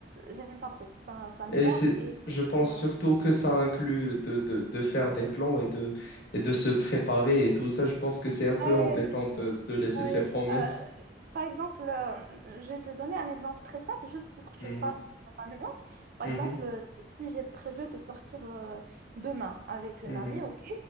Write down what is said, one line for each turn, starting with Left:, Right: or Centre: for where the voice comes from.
Right: j'aime pas trop. Ça, ça m'énerve
Left: Et c'est,
Right: et
Left: je pense
Right: euh,
Left: surtout que ça inclut de, de, de faire des plans et de, et de se préparer et tout ça. Je pense que c'est un peu
Right: ouais,
Left: embêtant de, de laisser
Right: Ouais,
Left: ses promesses.
Right: euh, par exemple, euh, je vais te donner un exemple très simple, juste pour que
Left: Mhm,
Right: tu fasses la nuance. Par
Left: mhm,
Right: exemple, euh, si j'ai prévu de sortir euh, demain avec
Left: mhm,
Right: une amie, ok,